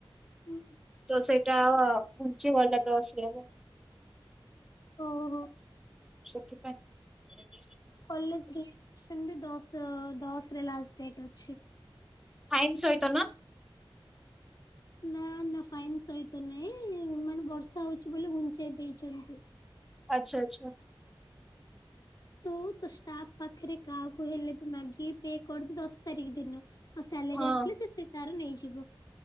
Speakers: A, on the left (about 45°); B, in the centre.
A: ହୁଁ
B: ତ ସେଇଟା ଘୁଞ୍ଚି ଗଲା ତ ଆସିଲାନି।
A: ଓହୋ।
B: ସୁଖିପାଣି।
A: କଲେଜ ରିଆଡମିସନ ବି ଦଶ ଦଶରେ ଲାଷ୍ଟ ଡେଟ୍ ଅଛି।
B: ଫାଇନ୍ ଶଇତନ।
A: ନା ନା ଫାଇନ୍ ସହିତ ନାଇଁ ମାନେ ବର୍ଷା ହଉଛି ବୋଲି ଘୁଞ୍ଚେଇ ଦେଇଛନ୍ତି।
B: ଆଚ୍ଛା ଆଚ୍ଛା।
A: ତୁ ତ ଷ୍ଟାଫ ପାଖରେ କାହାକୁ ହେଲେ ବି ମାଗି ପେ କରିଦେ ଦଶ ତାରିଖ ଦିନ। ଆଉ ସାଲାରୀ
B: ହଁ
A: ଆସିଲେ ସେ ସେ ତାର ନେଇଯିବ।